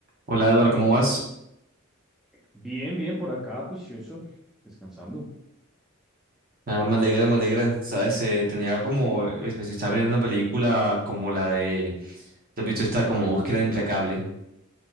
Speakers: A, on the right; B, in the centre.
A: Hola Eduardo, ¿cómo vas?
B: Bien, bien, por acá, juicioso, descansando.
A: Ah, me alegra, me alegra. Sabes, Eh, tenía como, es- me estaba mirando una película como la de, ¿te has visto esta como Búsqueda Implacable?